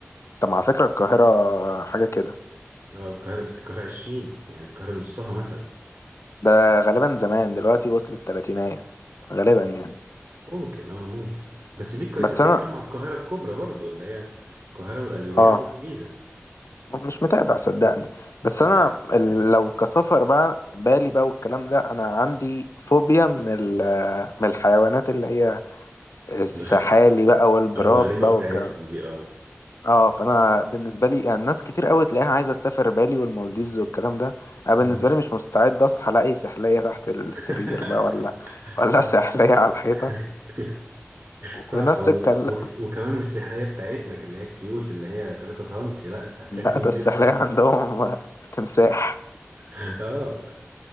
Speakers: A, on the left; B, on the right.
A: طب على فكرة القاهرة حاجة كده
B: اه القاهرة بس القاهرة 20 يعني القاهرة نصها مثلا
A: ده غالبا زمان دلوقتي وصلت تلاتينية غالبا يعني
B: ممكن اه ممكن بس دي الك-
A: بس
B: انت بتتكلم
A: انا
B: على القاهرة الكبرى برضو اللي هي القاهرة والقليوبية
A: اه
B: والجيزة
A: مش متابع صدقني بس انا
B: ايوه
A: ال- لو كسفر بقى بالي بقى والكلام ده انا عندي فوبيا من ال- من الحيوانات اللي هي السحالي
B: الغ...
A: بقى والبراس
B: آه، الغريبة
A: بقى
B: بتاعتهم
A: والكلام ده.
B: دي اه
A: اه فانا بالنسبه لي يعني ناس كتير قوي تلاقيها عايزه تسافر بالي والمالديفز
B: مم.
A: والكلام ده انا بالنسبه
B: مم.
A: لي مش مستعد اصحى الاقي سحليه تحت السرير
B: <laughs>
A: بقى ولا ولا
B: صح
A: <laughs> سحليه على الحيطه
B: <laughs> صح
A: ونفس
B: والله
A: الكلام
B: وك... وكمان مش السحرية بتاعتنا اللي هي الكيوت اللي هي 3 سنتي لا
A: <laughs>
B: انت هتلاقي
A: لا ده
B: 2
A: السحليه
B: متر مثلا
A: عندهم تمساح
B: <laughs> اه